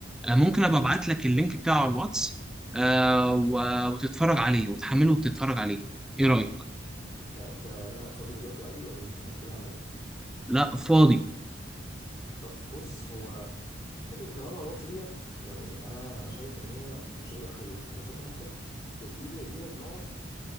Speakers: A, in the centre; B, on the left (about 30°).
A: آه ممكن ابقى ابعت لك اللينك بتاعه على الواتس آه و- وتتفرج عليه وتحمله وتتفرج عليه ايه رأيك
B: انت انت فاضي دلوقتي عادي ولا انت في مشكله عندك
A: لا فاضي
B: طب بص هو حته انك تبعته على الواتس ديت يعني انا شايف ان هي مش هتبقى حلوه انا شايف ان انت يا تجيلي يا اجيلك نقعد